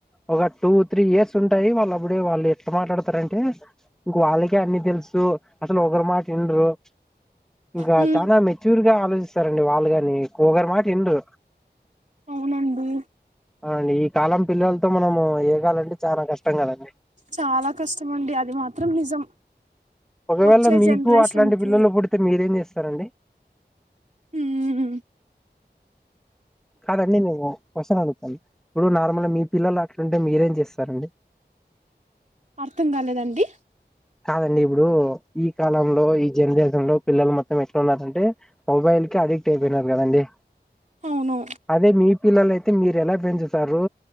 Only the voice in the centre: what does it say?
ఒక టూ త్రీ ఇయర్స్ ఉంటాయి వాళ్ళు అప్పుడే వాళ్ళు ఎట్ట మాట్లాడతారంటే ఇంక వాళ్ళకే అన్నీ తెలుసు అసలు ఒకరి మాట ఇన్రు ఇంకా
చానా మెచ్యూర్ గా ఆలోచిస్తారండి వాళ్ళు గానీ ఒకరి మాట ఇన్రు
ఆ నీ కాలం పిల్లలతో మనము ఏగాలంటే చాలా కష్టం కదండి
ఒకవేళ
మీకు
అట్లాంటి
పిల్లలు పుడితే మీరేం చేస్తా సరండి
కాదండి మేము వస్తను అనుకోలె ఇప్పుడు నార్మల్గ మీ పిల్లలు అట్లుం టే మీరేం చేస్తారండి
కాదండి ఇప్పుడు ఈ కాలంలో ఈ జెనరేషన్ లో పిల్లలు మొత్తం ఎట్ల ఉన్నారంటే మొబైల్ కి అడిక్ట్ అయిపోయినారు కదండి
అదే మీ పిల్లలు అయితే మీరు ఎలా పెంచుతారు